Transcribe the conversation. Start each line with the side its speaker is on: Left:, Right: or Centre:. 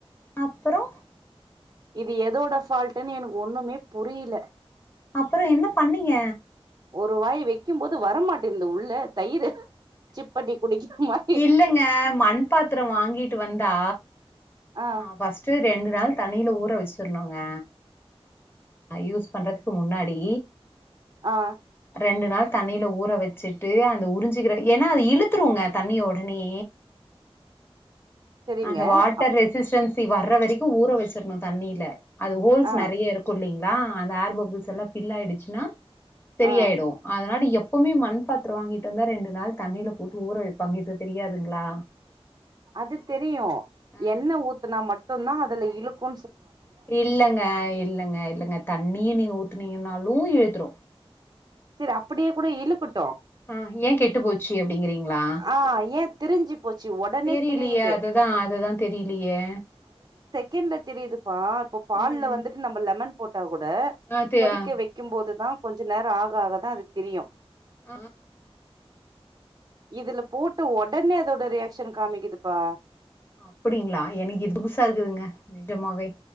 Left: அப்புறோ
Right: இது எதோட ஃபால்டன்னு எனக்கு ஒண்ணுமே புரில
Left: அப்பறோ என்ன பண்ணீங்க
Right: ஒரு வாய் வெக்கும் போது வரமாட்டே இந்த உள்ள தயிரு சிப்பன்னி குடிக்கனு மா
Left: இல்லங்க மண் பாத்தரோ வாங்கிட்டு வந்தா
Right: ஆ
Left: ஃபஸ்ட்டு ரெண்டு நாள் தண்ணியில ஊற வச்சுக்கிரனுங்க யூஸ் பண்றதுக்கு முன்னாடி
Right: ஆ
Left: ரெண்டு நாள் தண்ணியில ஊற வச்சுட்டு அந்த உறிஞ்சிக்கிற ஏன்னா அது இழுத்துருங்க தண்ணி உடனே
Right: செரிங்க
Left: அந்த வாட்டர்
Right: அப்
Left: ரெசிஸ்டன்ஸ் தி வர்ற வரைக்கு ஊற வச்சிறனு தண்ணியில அது ஹோல்ஸ்
Right: ஆ
Left: நெறய இருக்கு இல்லைங்க அதா அந்த ஏர் பப்புல்ஸ்லா எல்லா ஃபில் ஆயிடுச்சுன்னா செரியாயிடு
Right: ஆ
Left: அதனால எப்ப எப்பவுமே மண் பாத்திர வாங்கிட்டு வந்தா ரெண்டு நாள் தண்ணில போட்டு ஊற வை பங்கித்து தெரியாதுங்ளா
Right: அது தெரியு
Left: ஆ
Right: என்ன ஊத்துனா மட்டுந்தா இழுக்கு
Left: இல்லங்க இல்லங்க இல்லங்க தண்ணீயு நீங்க ஊத்தினீங்கனாலு இழுத்துறு
Right: சரி அப்படியே கூட இழுக்கட்டு
Left: ஆ ஏ கெட்டு போச்சு அப்டிங்றீங்ளா
Right: ஆ ஏ திரிஞ்சு போச்சு ஒடனே
Left: தெரியலையே
Right: திரியுது
Left: அதுதா அதுதா தெரியலையே
Right: கின்ட தெரியுது ப்பா இப்ப பால்ல
Left: ம் ம்
Right: வந்து நம்ம லெமன் போட்டா கூட
Left: ஆ தெ
Right: கொதிக்க
Left: ஆ
Right: வக்கும் போது தா கொஞ்ச நேரோ ஆகு க்காகதா அது தெரியு
Left: ஆ
Right: இதுல போட்ட ஒடனே அதோட ரியாக்க்ஷன் காமிக்குதுப்பா
Left: அப்டிங்ளா எனக்கு இது புதுசா இருக்குதுங்க நிஜமாவே